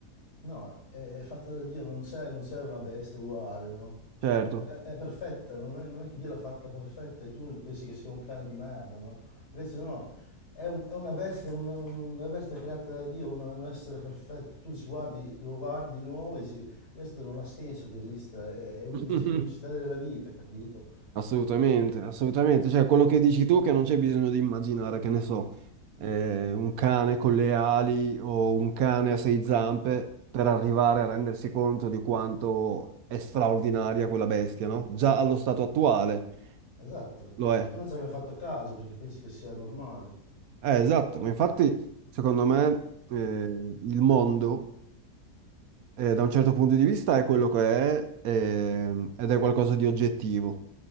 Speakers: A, on the left (about 85°); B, on the right (about 70°).
A: No, è fatta da Dio, non c'è non c'è una bestia uguale, no?
B: certo.
A: È è perfetta, non è, non è che Dio l'ha fatta perfetta e tu pensi che sia un cane di merda, no? Invece no, è, un- è una bestia, un- un- una bestia creata da Dio, un, un essere perfetto. Tu ci guardi, lo guardi di nuovo e dici, questo non ha senso che esista, è, è unici-
B: <laughs>
A: è l'unicità della vita, capito?
B: Assolutamente, assolutamente. Cioè, quello che dici tu che non c'è bisogno di immaginare, che ne so, eh, un cane con le ali o un cane a sei zampe per arrivare a rendersi conto di quanto è straordinaria quella bestia, no? Già allo stato attuale
A: Esatto.
B: lo è.
A: E tu non ci hai mai fatto caso perché pensi che sia normale.
B: Eh, esatto, ma infatti, secondo me, eh, il mondo eh, da un certo punto di vista è quello che è, ehm, ed è qualcosa di oggettivo.